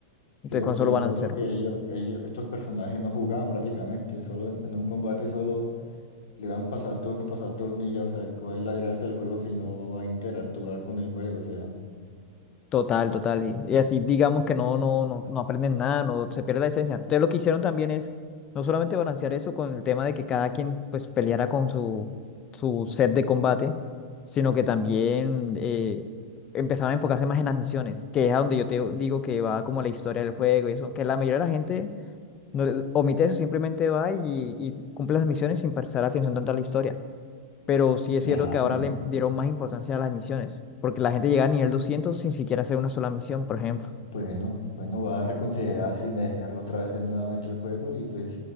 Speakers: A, on the left; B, on the left.
A: Entonces
B: Sí, porque
A: con solo
B: yo me
A: balancearon.
B: acuerdo que ellos, ellos, estos personajes no jugaban prácticamente, solo en, en un combate solo le van pasar turno, pasar turno y ya, o sea, ¿cuál es la gracia del juego si no va a interactuar con el juego? O sea,
A: Total, total. Y, y así digamos que no, no, no, no aprenden nada, no se pierde la esencia. Entonces lo que hicieron también es no solamente balancear eso con el tema de que cada quien pues peleara con su, su set de combate, sino que también eh, empezaron a enfocarse más en las misiones, que es a donde yo te digo que va como la historia del juego y eso, que la mayoría de la gente No, le- omite eso, simplemente va y, y cumple las misiones sin prestar atención tanto a la historia. Pero sí es cierto
B: ah,
A: que ahora
B: no,
A: le dieron más importancia a las misiones, porque la gente llega a nivel 200 sin siquiera hacer una sola misión, por ejemplo.
B: bueno, bueno, voy a reconsiderar si me descargo otra vez nuevamente el juego y pues